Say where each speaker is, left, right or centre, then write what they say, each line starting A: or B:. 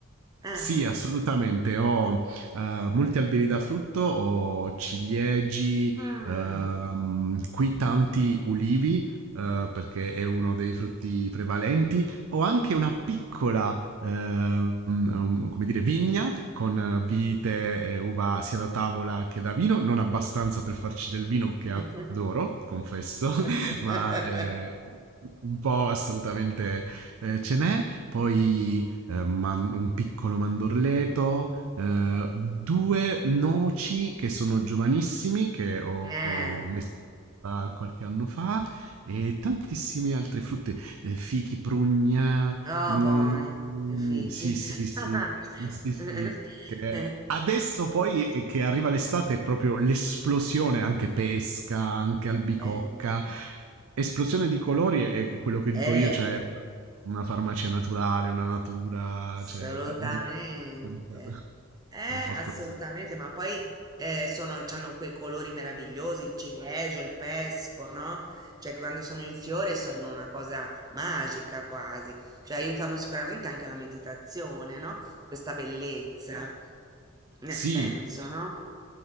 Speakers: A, on the right (about 20°); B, on the right (about 80°).
A: Eh.
B: Sì, assolutamente. Ho eh, molti alberi da frutto, ho ciliegi,
A: Mm.
B: ehm, qui tanti ulivi, eh, perché è uno dei frutti prevalenti. Ho anche una piccola, ehm, um, come dire, vigna con eh, vite e uva sia da tavola che da vino, non abbastanza per farci del vino che
A: <laughs>
B: adoro, confesso, <laughs> ma eh, un po' assolutamente eh, ce n'è. Poi eh, man- un piccolo mandorleto, eh, due noci che sono giovanissimi, che ho
A: Eh,
B: ho messo da qualche anno fa, e tantissime altre frutte, eh, fichi, prugna,
A: oh,
B: Mhmm,
A: buoni i fichi.
B: sì, sì, sì.
A: <laughs>
B: Sì, sì, sì. che adesso poi e che arriva l'estate è proprio l'esplosione, anche pesca, anche albicocca,
A: Eh,
B: esplosione di colori è è quello che dico
A: eh,
B: io, cioè una farmacia naturale, una natura,
A: Assolutamente.
B: cioè una un supermercato.
A: Eh,
B: È un po'
A: assolutamente,
B: così.
A: ma poi eh, sono, hanno quei colori meravigliosi, il ciliegio, il pesco, no? Cioè, quando sono in fiore sono una cosa magica quasi, cioè aiutano sicuramente anche la meditazione, no? Questa bellezza, eh,
B: Sì.
A: penso, no?